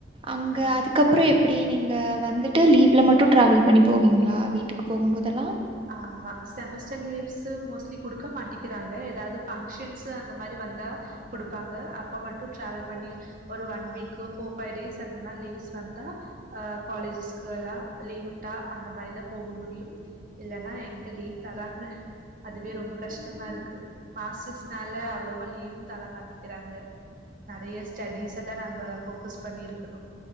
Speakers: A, on the right; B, on the right.
A: அங்க
B: ஆமா
A: அதுக்க ப்புறோ எப்டி நீங்க வந்துட்டு லீவ்ல மட்டு ட்ராவல் பண்ணி போவீங்ளா வீட்டுக்கு போகும்போதல்லா
B: ஆமா செமஸ்டர் லீவ்ஸு மோஸ்ட்லி குடுக்க மாட்டிக்கிறாங்க ஏதாவ்து ஃபங்க்ஷன்ஸு அந்த மாரி வந்தா குடுப்பாங்க அப்ப மட்டு ட்ராவல் பண்ணி ஒரு one week four five days அந்த மாரி லீவ்ஸ் வந்தா அ காலேஜஸ்க்கு எல்லா லீவ் விட்டா அந்த மாரிதா போக முடியும் இல்லனா எங்க லீவ் தராங்க அதுவே ரொம்ப கஷ்டமா இருக்கு மாஸ்டர்ஸ்னால அவ்வளவா லீவும் தர மாட்டிக்கிறாங்க நறைய ஸ்டடீஸ தா நம்ப ஃபோக்கஸ் பண்ணி இருக்கணு